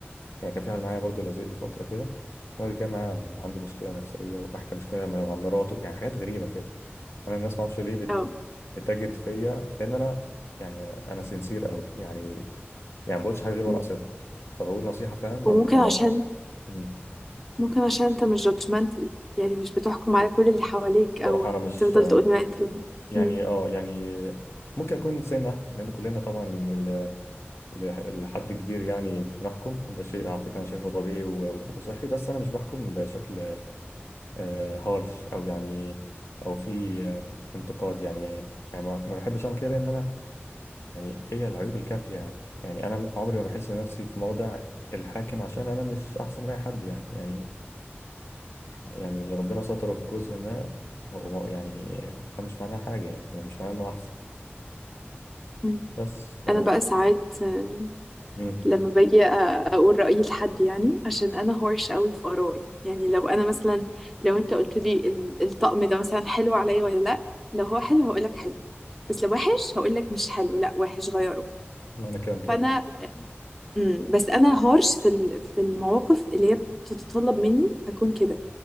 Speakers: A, on the left (about 75°); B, in the centre.
A: يعني كان في واحد معايا برضو لازلي فتره كده الراجل كان معايا عنده مشكله نفسيه وبحكي مشكله مع مراته يعني حاجات غريبه كده انا الناس ما اعرفش ليه بت-
B: اه
A: بتجد فيا لان انا يعني انا أنا سنسير قوي يعني يعني ما بقولش حاجه غير
B: مم.
A: وانا قصدها فبقول نصيحه فاهم ما
B: وممكن
A: ما
B: عشان
A: ب... مم.
B: ممكن عشان انت مش judgmental يعني مش بتحكم على كل اللي حواليك او
A: صراحه انا مش
B: تفضل تقول لا انت
A: يعني
B: مم.
A: اه يعني ممكن يكون سنة لأن كلنا طبعا ال- ل- لحد كبير يعني بنحكم وده شيء على فكرة أنا شايفه طبيعي و- وصحي بس أنا مش بحكم بشكل آه، هارش أو يعني أو في آه، انتقاد يعني يعني ما ما بحبش أعمل كده لأن أنا يعني فيا العيوب الكافية يعني يعني أنا عمري ما بحس نفسي في موضع الحاكم عشان أنا مش أحسن من أي حد يعني يعني يعني اللي ربنا ستره في جزء ما هو يعني ده مش معناه حاجة يعني, يعني مش معناه إنه أحسن
B: مم.
A: بس ف
B: انا بقى ساعات آه،
A: مم.
B: لما باجي أ- اقول رايي لحد يعني عشان انا هورش قوي في ارائي يعني لو انا مثلا لو انت قلت لي ال- الطقم ده مثلا حلو عليا ولا لا لو هو حلو هقول لك حلو بس لو وحش هقول لك مش حلو لا وحش غيره
A: معنى كده كده
B: فانا مم. بس انا هورش في ال- في المواقف اللي هي بتتطلب مني اكون كده